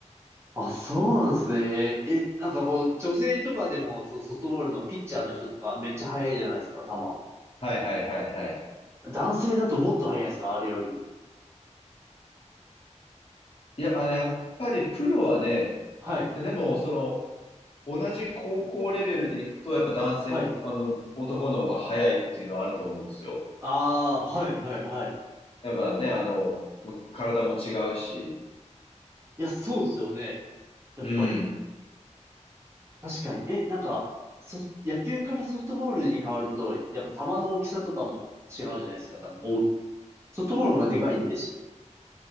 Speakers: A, on the right; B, on the left.
A: あ、そうなんですね。え、なんかこう、女性とかでも、そう、ソフトボールのピッチャーの人とかめっちゃ速いじゃないですか、球。
B: はいはいはいはい。
A: 男性だともっと速いですか、あれより。
B: いや、あれ、やっぱりプロはね、
A: はい、
B: でも、その、同じ高校レベルでいくと、やっぱ男性、
A: はい。
B: あの、男の方が早いっていうのはあると思うんですよ。
A: ああ、はい、はい、はい。
B: やっぱね、
A: やっぱ、
B: あの、
A: い
B: ま体も違うし、
A: や、そうですよね。やっぱり。
B: うん。
A: 確かに。え、なんか、そ、野球からソフトボールに変わると、やっぱ球の大きさとかも違うじゃないですか、多分。お、ソフトボールの方がでかいんでしたっけ